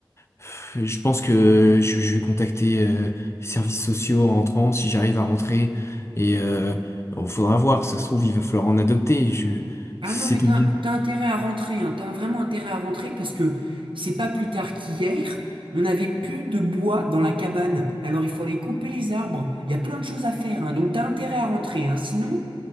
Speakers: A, on the left; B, on the right.
A: pff, je pense que je, je vais contacter euh, les services sociaux en rentrant, si j'arrive à rentrer. Et euh, il faudra voir, si ça se trouve, il va falloir en adopter. Je,
B: Ah
A: c'est
B: non, mais t'as,
A: une
B: t'as intérêt à rentrer, hein. T'as vraiment intérêt à rentrer parce que c'est pas plus tard qu'hier, on n'avait plus de bois dans la cabane. Alors il faut aller couper les arbres. Il y a plein de choses à faire, hein. Donc t'as intérêt à rentrer, hein. Sinon,